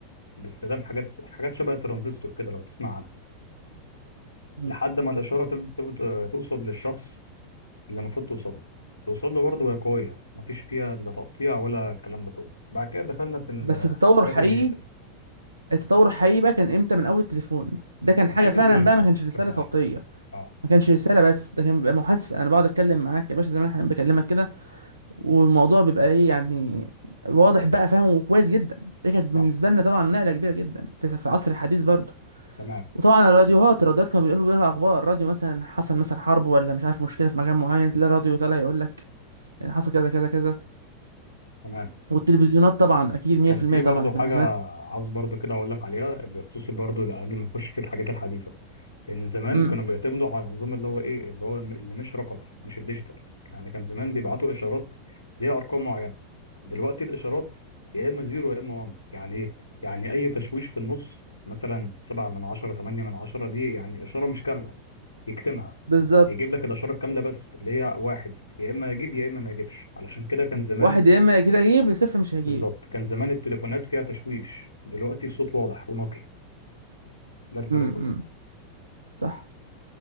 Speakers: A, on the left; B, on the right.
A: باستخدام حاجات حاجات شبه الترانزستور كده لو تسمع عنها
B: مم.
A: لحد ما الإشارة تب- تب- آه، توصل للشخص اللي المفروض توصل له توصل له برضه وهي قوية مفيش فيها لا تقطيع ولا الكلام ده كله بعد كده دخلنا في الحاجات
B: بس التطور حقيقي
A: الديجيتال
B: التطور الحقيقي بقى كان امتى من اول التليفون ده كان
A: أو
B: حاجه
A: الحاجات
B: فعلا
A: الديجيتال
B: بقى ما كانش رساله
A: بشكل
B: صوتيه
A: عام اه
B: ما كانش رساله بس ده كان بيبقى محادثه انا بقعد اتكلم معاك يا باشا زي ما انا بكلمك كده والموضوع بيبقى ايه يعني واضح بقى فاهم وكويس جدا دي كانت بالنسبه
A: صح
B: لنا طبعا نقله كبيره جدا في في العصر الحديث برضه
A: تمام
B: وطبعا الراديوهات الراديوهات كانوا بيقولوا لنا اخبار راديو مثلا حصل مثلا حرب ولا مش عارف مشكله في مكان معين تلاقي راديو طالع يقول لك ان حصل كذا كذا كذا
A: تمام
B: والتلفزيونات طبعا اكيد 100%
A: كان في
B: طبعا
A: برضه
B: التلفزيونات
A: حاجة عاوز برضه كده أقول لك عليها بخصوص برضه قبل ما نخش في الحاجات الحديثة لأن زمان
B: امم
A: كانوا بيعتمدوا على النظام اللي هو إيه اللي هو اللي مش رقمي مش الديجيتال يعني كان زمان بيبعتوا إشارات ليها أرقام معينة دلوقتي الإشارات يا إما زيرو يا إما وان يعني إيه يعني أي تشويش في النص مثلا سبعة من عشرة تمانية من عشرة دي يعني إشارة مش كاملة يكتمها
B: بالظبط
A: يجيب لك الإشارة الكاملة بس اللي هي واحد يا إما يجيب يا إما ما يجيبش علشان كده كان زمان
B: واحد يا اما كده هجيب يا صفر مش هجيب
A: بالظبط كان زمان التليفونات فيها تشويش دلوقتي الصوت واضح ونقي ده الفرق
B: امم
A: كله
B: صح